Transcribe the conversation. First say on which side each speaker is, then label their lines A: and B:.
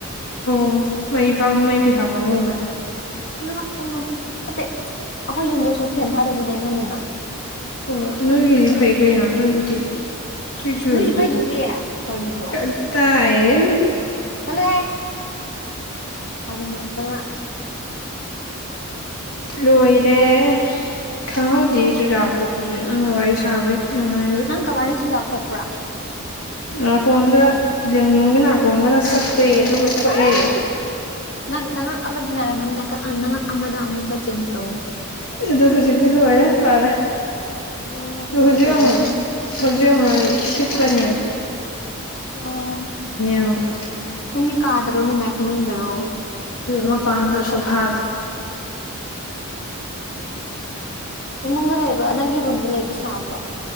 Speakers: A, on the left; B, on the left.
A: ꯑꯣ ꯃꯩ ꯄꯥꯝ ꯃꯩ ꯄꯩꯁꯥ ꯄꯥꯝꯃꯨꯕꯩ
B: ꯉꯥ ꯑꯣ ꯍꯥꯏꯗꯤ ꯑꯈꯣꯏ ꯌꯨꯝꯗꯁꯨ ꯐꯦꯟ ꯊꯥꯗꯕꯤ ꯂꯩ ꯉꯝꯃꯤꯅ
A: ꯑꯣ ꯅꯣꯏꯒꯤꯗꯤ ꯐꯩ ꯀꯩꯅꯣ ꯅꯣꯏꯒꯤꯗꯤ <unintelligible>
B: ꯏꯁ ꯅꯣꯏꯁꯨ ꯐꯩꯗꯨꯗꯤ ꯀꯔꯤꯅꯣ
A: ꯀꯗꯥꯏꯗꯩ
B: ꯆꯠꯂꯨꯍꯦ ꯑꯗꯨꯝ ꯂꯥꯛꯄꯅꯥ
A: ꯂꯣꯏꯔꯦ ꯈꯪꯍꯧꯗꯤꯌꯦ ꯆꯨꯖꯥꯛ ꯈꯣꯛꯄꯁꯤꯁꯨ ꯅꯪꯒ ꯋꯥꯔꯤ ꯁꯥꯕꯩ ꯅꯨꯡꯉꯥꯏ
B: ꯅꯪ ꯀꯃꯥꯏꯅ ꯆꯨꯖꯥꯥꯛ ꯈꯣꯛꯄꯔꯥ
A: ꯅꯥꯀꯣꯡꯗ ꯂꯦꯡꯖꯨꯝꯒ ꯅꯥꯀꯣꯡꯒꯅ ꯆꯞꯄꯦ ꯑꯗꯨꯒ ꯈꯣꯛꯑꯦ
B: ꯑꯁ ꯅꯪ ꯅꯉꯛ ꯑꯃꯗꯤ ꯅꯥꯔꯝꯃꯅꯤ ꯅꯪ ꯅꯉꯛ ꯑꯃꯗ ꯑꯃꯨꯛꯀ ꯆꯦꯟꯖ ꯇꯧꯋ‌ꯣ
A: ꯑꯗꯨ ꯍꯧꯖꯤꯛꯇꯤ ꯂꯣꯏꯔꯦ ꯐꯔꯦ
B: ꯎꯝ ꯑꯗꯨꯗꯤ
A: ꯑꯗꯨ ꯍꯧꯖꯤꯛ
B: ꯀꯩꯗꯧꯅꯤ
A: ꯑꯃꯨꯛ ꯍꯧꯖꯤꯛ ꯑꯃꯨꯛ ꯑꯩ ꯍꯤꯞꯀꯅꯤꯕ
B: ꯑꯣ
A: ꯑꯃꯨꯛ
B: ꯅꯪꯒꯤ ꯀꯥꯗꯔꯣ ꯅꯣꯏ ꯃꯥꯏ ꯐꯥꯃꯨꯡ ꯗꯔꯣ
A: ꯃꯄꯥꯟꯗ ꯁꯣꯐꯥꯗ
B: ꯏꯃꯨꯡꯗ ꯂꯩꯕ ꯅꯪꯒꯤ ꯔꯨꯝꯗ ꯂꯩꯕ ꯁꯥꯕ꯭ꯔꯣ